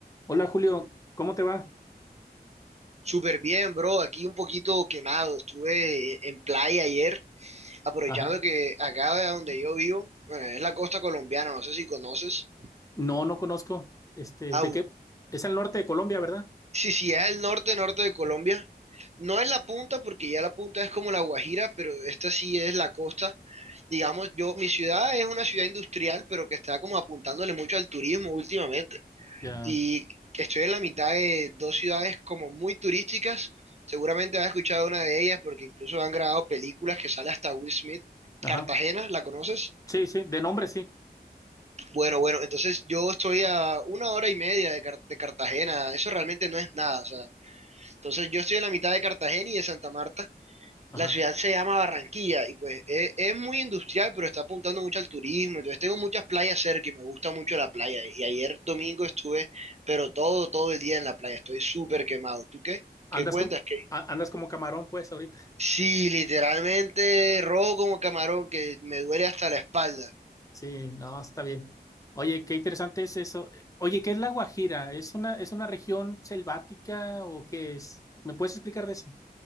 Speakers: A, on the left; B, on the right.
A: Hola Julio, ¿cómo te va?
B: Súper bien, bro. Aquí un poquito quemado. Estuve en playa ayer, aprovechando
A: Ajá.
B: que acá de donde yo vivo, bueno, es la costa colombiana, no sé si conoces.
A: No, no conozco. Este,
B: Au.
A: ¿de qué? Es al norte de Colombia, ¿verdad?
B: Sí, sí, es el norte, norte de Colombia. No es la punta, porque ya la punta es como la Guajira, pero esta sí es la costa. Digamos, yo, mi ciudad es una ciudad industrial, pero que está como apuntándole mucho al turismo últimamente.
A: Ya.
B: y estoy en la mitad de dos ciudades como muy turísticas. Seguramente has escuchado una de ellas porque incluso han grabado películas que sale hasta Will Smith.
A: Ajá.
B: Cartagena, ¿la conoces?
A: Sí, sí, de nombre sí.
B: Bueno, bueno, entonces yo estoy a una hora y media de, Car- de Cartagena, eso realmente no es nada, o sea, entonces yo estoy en la mitad de Cartagena y de Santa Marta.
A: Ajá.
B: La ciudad se llama Barranquilla y pues es, es muy industrial, pero está apuntando mucho al turismo. Entonces tengo muchas playas cerca y me gusta mucho la playa. Y ayer domingo estuve, pero todo, todo el día en la playa. Estoy súper quemado. ¿Tú qué?
A: Andas
B: ¿Qué cuentas?
A: como,
B: ¿Qué?
A: a- andas como camarón, pues, ahorita.
B: Sí, literalmente rojo como camarón, que me duele hasta la espalda.
A: Sí, no, está bien. Oye, qué interesante es eso. Oye, ¿qué es la Guajira? ¿Es una, es una región selvática o qué es? ¿Me puedes explicar de eso?